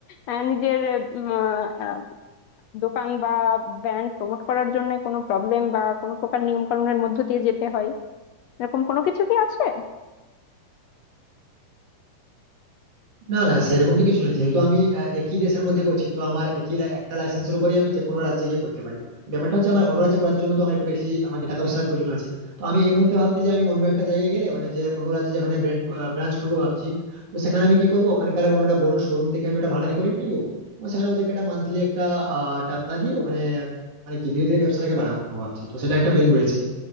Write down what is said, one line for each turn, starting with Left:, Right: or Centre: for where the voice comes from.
Left: আহ, নিজের উম, আহ, দোকান বা ব্র্যান্ড প্রমোট করার জন্য কোনো প্রবলেম বা কোনো প্রকার নিয়ম কানুনের মধ্য দিয়ে যেতে হয় এরকম কোনো কিছু কি আছে
Right: না না সেরকম তো কিছু নেই যেহেতু আমি আহ, একই দেশের মধ্যে করছি তো আমার একই লা- একটা লাইসেন্সের উপরে আমি যে কোনো রাজ্যে গিয়ে করতে পারি ব্যাপারটা হচ্ছে আমার অন্য রাজ্যে করার জন্য তো আমার একটু বেশি আমাকে টাকা পয়সার প্রয়োজন আছে তো আমি এই মুহূর্তে ভাবছি যে আমি অন্য একটা জায়গায় গেলে মানে যে অন্য রাজ্যে যেখানে ব্রাঞ্চ খুলবো ভাবছি তো সেখানে আমি কি করবো ওখানকার কোনো একটা বড় শোরুম দেখে আমি ওটা ভাড়া করে নিবো এবং সেখানে ওদেরকে একটা মান্থলি একটা আহ, টাকা দিয়ে ওখানে মানে কি ধীরে ধীরে ব্যবসাটাকে বাড়াবো ভাবছি তো সেটা একটা প্ল্যান রয়েছে